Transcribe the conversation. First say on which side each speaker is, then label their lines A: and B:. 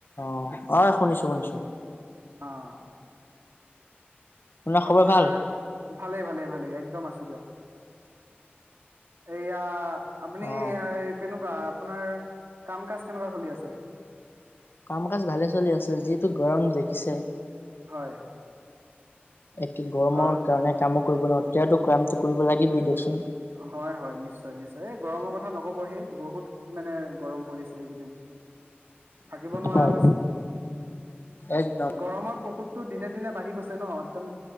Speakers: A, on the left; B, on the right.
A: অ, অ' শুনিছো, শুনিছো।
B: অ'।
A: খবৰ
B: আপোনাৰ
A: ভাল
B: ভালে, ভালে ভালেই একদম আছো দিয়ক। এয়া। আপুনি
A: অ
B: কেনেকুৱা আপোনাৰ কাম কাজ কেনেকুৱা চলি আছে।
A: কাম কাজ ভালে চলি আছে যিটো গৰম দেখ পিছে
B: হয়।
A: এক গৰমৰ
B: ঘৰ
A: কাৰণে কামক কৰিব নোৱাত তেয়াতো কামতো কৰিব লাগিবই দিয়কচোন।
B: হয় হয় নিশ্চয় নিশ্চয় এই গৰমৰ কথা নকব হে বহুত মানে গৰম পৰিছে এইকেইদিন। থাকিব নোৱাৰা
A: হয়
B: হৈছো
A: একদম
B: গৰমৰ প্ৰকোপ। তো দিনে দিনে বাঢ়ি গৈছে নত তম